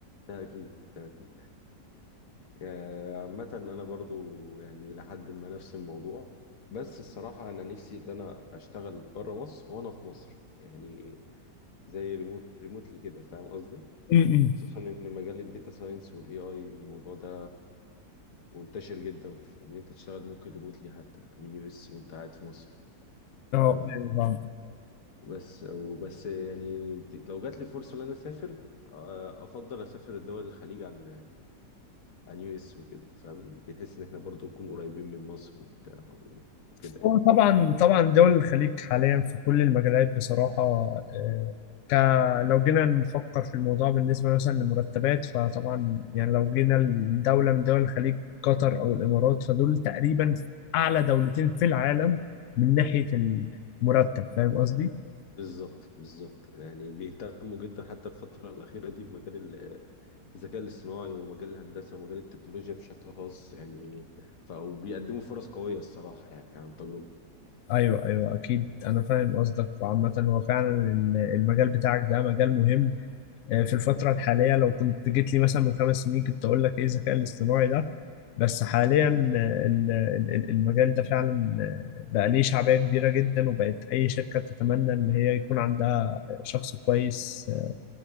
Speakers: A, on the left; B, on the left.
A: ده اكيد ده اكيد آه، عامة انا برضو يعني لحد ما نفس الموضوع بس الصراحة انا نفسي ان انا اشتغل بره مصر وانا في مصر يعني زي ريموت ريموتلي كده فاهم قصدي
B: امم
A: خصوصا ان مجال الداتا ساينس والاي اي الموضوع ده منتشر جدا في ان انت تشتغل ممكن ريموتلي حتى من يو اس وانت قاعد في مصر
B: اه
A: فاهم
B: ايوه طبعا
A: بس وبس يعني ت- لو جات لي فرصة ان انا اسافر آه، افضل اسافر دول الخليج عن عن يو اس وكده فاهم بنحس ان احنا برضو نكون قريبين من مصر وبتاع وكده يعني
B: هو طبعا طبعا دول الخليج حاليا في كل المجالات بصراحة آه، ك لو جينا نفكر في الموضوع بالنسبة مثلا للمرتبات فطبعا يعني لو جينا لدولة من دول الخليج قطر أو الإمارات فدول تقريبا أعلى دولتين في العالم من ناحية المرتب فاهم قصدي؟
A: بالظبط بالظبط يعني بيهتموا جدا حتى الفترة الأخيرة دي بمجال ال- الذكاء الاصطناعي ومجال الهندسة ومجال التكنولوجيا بشكل خاص يعني ف وبيقدموا فرص قوية الصراحة يعني عن تجربة
B: ايوه ايوه اكيد انا فاهم قصدك وعامة هو فعلا ال- المجال بتاعك ده مجال مهم آه، في الفترة الحالية لو كنت جيت لي مثلا من خمس سنين كنت اقول لك ايه الذكاء الاصطناعي ده بس حاليا
A: مم.
B: آه، ال- ال- ال- المجال ده فعلا آه، بقى ليه شعبية كبيرة جدا وبقت اي شركة تتمنى ان هي يكون عندها شخص كويس آه،